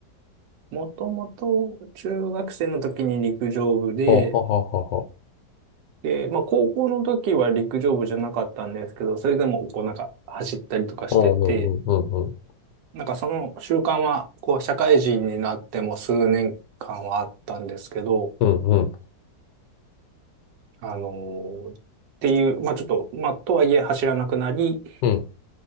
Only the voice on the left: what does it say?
はははは。
あ、うんうんうんうん。
うんうん。
うん。